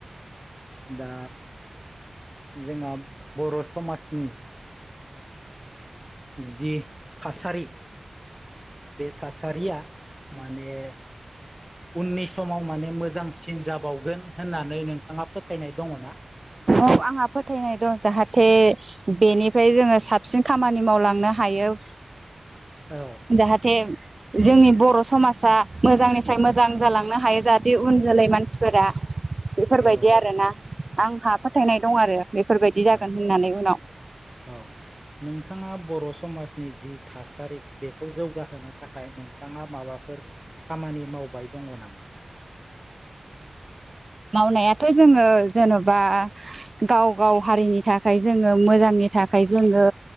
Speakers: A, in the centre; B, on the right (about 40°).
A: दा जोंहा बर' समाजनि जि थासारि बे थासारिया माने उननि समाव माने मोजांसिन जाबावगोन होननानै नोंथाङा फोथायनाय दङ ना? <inaudible>
B: औ आंहा फोथायनाय दं जाहाथे बेनिफ्राय जोङो साबसिन खामानि मावलांनो हायो <unintelligible>
A: औ
B: जाहाथे जोंनि बर' समाजा मोजांनिफ्राय मोजां जालांनो हायो जाहाथे उन जोलै मानसिफोरा बेफोरबायदि
A: औ
B: आरोना आंहा फोथायनाय दं आरो बेफोरबायदि जागोन
A: औ
B: होननानै उनाव
A: औ नोंथाङा बर' समाज नि जि थासारि बेखौ जौगाहोनो थाखाय नोंथाङा माबाफोर खामानि मावबाय दङ नामा?
B: मावनायाथ' जोङो जेन'बा गाव गाव हारिनि थाखाय जोङो मोजांनि था खाय जोङो